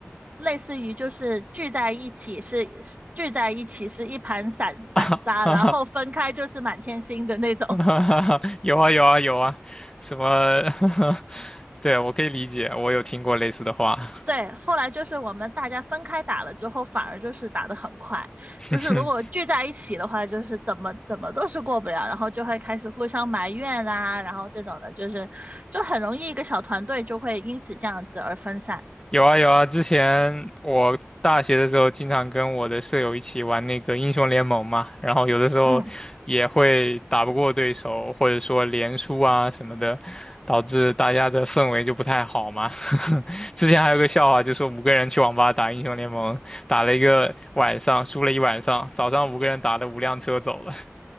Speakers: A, on the right; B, on the left.
A: 类似于就是聚在一起是聚在一起是一盘散散沙，
B: 哈
A: 然后分开就是满天星的那种。
B: <laughs> 哈哈哈 <laughs> 有啊有啊有啊，什么？<laughs> 对，我可以理解，我有听过类似的话。
A: 对，后来就是我们大家分开打了之后，反而就是打得很快。
B: <laughs>
A: 就是如果聚在一起的话，就是怎么怎么都是过不了，然后就会开始互相埋怨啊，然后这种的，就是就很容易一个小团队就会因此这样子而分散。
B: 有啊有啊，之前我大学的时候经常跟我的舍友一起玩那个英雄联盟嘛，然后有的时候也会打不过对手，
A: 嗯，
B: 或者说连输啊什么的，导致大家的氛围就不太好嘛。<laughs> 之前还有个笑话，就说五个人去网吧打英雄联盟，打了一个晚上，输了一晚上，早上五个人打了五辆车走了。